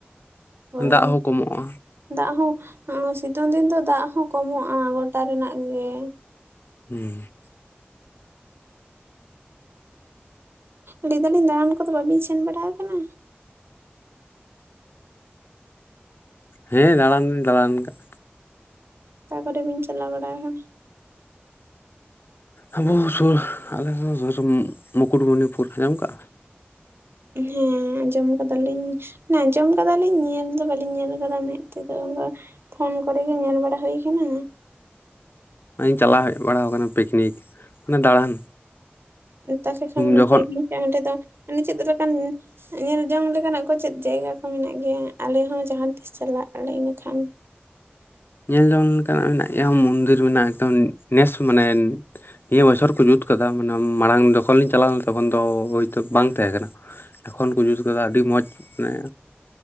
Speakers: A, on the right (about 70°); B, on the left (about 60°).
A: ᱦᱳᱭ
B: ᱫᱟᱜ ᱦᱚᱸ ᱠᱚᱢᱚᱜᱼᱟ
A: ᱫᱟᱜ ᱦᱚᱸ ᱥᱤᱛᱩᱝ ᱫᱤᱱ ᱫᱚ ᱫᱟᱜ ᱦᱚᱸ ᱠᱚᱢᱚᱜᱼᱟ ᱜᱚᱴᱟ ᱨᱮᱱᱟᱜ ᱜᱮ
B: ᱦᱮᱸ
A: ᱞᱟᱹᱭ ᱫᱟᱞᱤᱧ ᱫᱟᱬᱟᱱ ᱠᱚᱫᱚ ᱵᱟᱟᱹᱵᱤᱱ ᱥᱮᱱ ᱵᱟᱲᱟᱠᱟᱱᱟ
B: ᱦᱮᱸ ᱫᱟᱬᱟᱱ ᱫᱤᱧ ᱫᱟᱬᱟᱱ ᱟᱠᱟᱫᱟᱜ
A: ᱚᱠᱟ ᱠᱚᱨᱮ ᱵᱤᱧ ᱪᱟᱞᱟᱣ ᱵᱟᱲᱟ ᱟᱠᱟᱱᱟ
B: ᱟᱵᱚ ᱥᱩᱨ ᱟᱞᱮ ᱢᱩᱠᱩᱴᱢᱩᱱᱤᱯᱩᱨ ᱧᱟᱢ ᱟᱠᱟᱟᱜᱼᱟ
A: ᱦᱮᱸ ᱟᱸᱡᱚᱢ ᱠᱟᱫᱟᱞᱤᱧ ᱟᱸᱡᱚᱢ ᱠᱟᱫᱟᱞᱤᱧ ᱧᱮᱞ ᱫᱚ ᱵᱟᱟᱹᱞᱤᱧ ᱧᱮᱞ ᱟᱠᱟᱫᱟ ᱢᱮᱸᱫ ᱛᱮᱫᱚ ᱵᱟᱝ ᱯᱷᱳᱱ ᱠᱚᱨᱮᱜ ᱜᱮ ᱧᱮᱞ ᱵᱟᱲᱟ ᱦᱩᱭ ᱟᱠᱟᱱᱟ
B: ᱪᱟᱞᱟᱣ ᱦᱮᱡ ᱵᱟᱲᱟ ᱟᱠᱟᱱᱟ ᱯᱤᱠᱱᱤᱠ ᱢᱟᱱᱮ ᱫᱟᱬᱟᱱ
A: ᱛᱟᱦᱚᱞᱮ ᱠᱷᱟᱱ
B: ᱡᱚᱠᱷᱚᱱ
A: ᱯᱤᱠᱱᱤᱠ ᱦᱟᱸᱰᱮ ᱫᱚ ᱪᱮᱫ ᱞᱮᱠᱟᱱ ᱧᱮᱞ ᱡᱚᱝ ᱞᱮᱠᱟᱱᱟᱜ ᱠᱚ ᱪᱮᱫ ᱡᱟᱭᱜᱟ ᱠᱚ ᱢᱮᱱᱟᱜ ᱜᱮᱭᱟ ᱟᱞᱮ ᱦᱚᱸ ᱡᱟᱦᱟᱸ ᱛᱤᱥ ᱪᱟᱞᱟᱜ ᱟᱞᱮ ᱤᱱᱟᱹᱠᱷᱟᱱ
B: ᱧᱮᱞ ᱡᱚᱝ ᱞᱮᱠᱟᱱᱟᱜ ᱢᱮᱱᱟᱜᱼᱟ ᱜᱮᱭᱟ ᱢᱚᱱᱫᱤᱨ ᱢᱮᱱᱟᱜᱼᱟ ᱮᱠᱫᱚᱢ ᱱᱮᱥ ᱢᱟᱱᱮ ᱱᱤᱭᱟᱹ ᱵᱚᱪᱷᱚᱨ ᱠᱚ ᱡᱩᱛ ᱠᱟᱫᱟ ᱢᱟᱱᱮ ᱱᱤᱭᱟᱹ ᱵᱚᱪᱷᱚᱨ ᱠᱩ ᱡᱩᱫ ᱟᱠᱟᱫᱟ ᱢᱟᱲᱟᱝ ᱡᱚᱠᱷᱚᱱ ᱞᱤᱧ ᱪᱟᱞᱟᱣ ᱞᱮᱱᱟ ᱛᱚᱠᱷᱚᱱ ᱫᱚ ᱦᱳᱭᱛᱳ ᱵᱟᱝ ᱛᱟᱦᱮᱸ ᱠᱟᱱᱟ᱾ ᱮᱠᱷᱚᱱ ᱠᱚ ᱡᱩᱛ ᱟᱠᱟᱫᱟ ᱟᱹᱰᱤ ᱢᱚᱸᱡᱽ ᱢᱟᱱᱮ